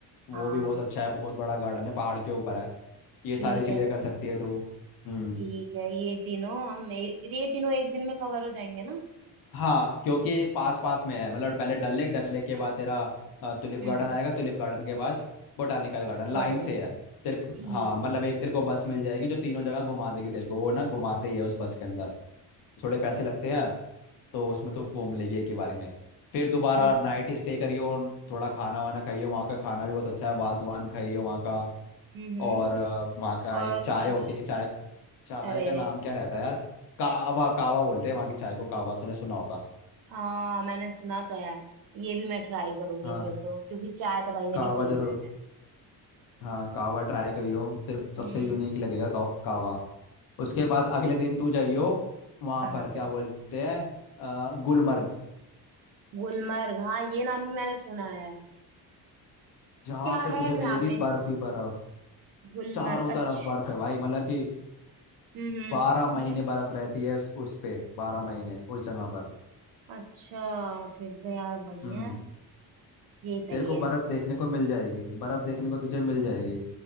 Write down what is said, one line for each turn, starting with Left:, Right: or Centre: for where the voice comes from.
Left: वो
Right: हाँ
Left: भी बहुत अच्छा है बहुत बड़ा गार्डन है पहाड़ के ऊपर है ये
Right: ठीक
Left: सारी चीजें
Right: है
Left: कर सकती है तू हम्म
Right: ठीक है ये तीनों हम ए, ये तीनों एक दिन में कवर हो जाएंगे ना
Left: हाँ क्योंकि पास पास में है मतलब पहले डल लेक डल लेक के बाद तेरा अ, टुलिप
Right: हम्म
Left: गार्डन
Right: हम्म
Left: आएगा टुलिप गार्डन के बाद बोटानिकल गार्डन
Right: बॉटनी
Left: लाइन से
Right: का
Left: है तेरे को
Right: ठीक
Left: हाँ मतलब
Right: है
Left: एक तेरे को बस मिल जाएगी जो तीनों जगह घुमा देगी तेरे को वो ना घुमाते ही है उस बस के अंदर थोड़े पैसे
Right: हम्म,
Left: लगते हैं तो उसमें तो घूम लेगी एक ही बारे में फिर दोबारा
Right: ठीक
Left: नाइट
Right: है
Left: स्टे करियो थोड़ा खाना वाना खाइए वहाँ का खाना भी बहुत अच्छा है वाजवान खाइए वहाँ का
Right: हम्म हम्म
Left: और अ, वहाँ का
Right: और
Left: एक चाय
Right: कुछ
Left: होती है चाय चाय
Right: अरे
Left: का नाम क्या रहता है यार कावा कावा बोलते हैं वहाँ की चाय को कावा तूने सुना होगा
Right: हाँ मैंने सुना तो है ये भी मैं ट्राई करूंगी
Left: हाँ
Right: फिर तो क्योंकि चाय तो भाई मेरी
Left: कावा
Right: फेवरेट
Left: जरूर
Right: है
Left: हाँ कावा ट्राई करियो सिर्फ सबसे
Right: हम्म
Left: यूनिक लगेगा काव- कावा उसके बाद अगले दिन तू जाइयो वहां
Right: कहाँ
Left: पर क्या
Right: पे
Left: बोलते हैं अ, गुलमर्ग
Right: गुलमर्ग हाँ ये नाम भी मैंने सुना है
Left: जहाँ
Right: क्या
Left: पे
Right: है
Left: तुझे मिलेगी
Right: यहाँ पे
Left: बर्फ ही बर्फ
Right: गुलमर्ग
Left: चारों तरफ
Right: अच्छा
Left: बर्फ है भाई मतलब कि
Right: हम्म
Left: बारह
Right: हम्म
Left: महीने बर्फ रहती है उस, उस पे बारह महीने उस जगह पर
Right: अच्छा फिर तो यार बढ़िया
Left: हम्म
Right: है ये सही
Left: तेरे को
Right: है
Left: बर्फ देखने को मिल जाएगी बर्फ देखने को तुझे मिल जाएगी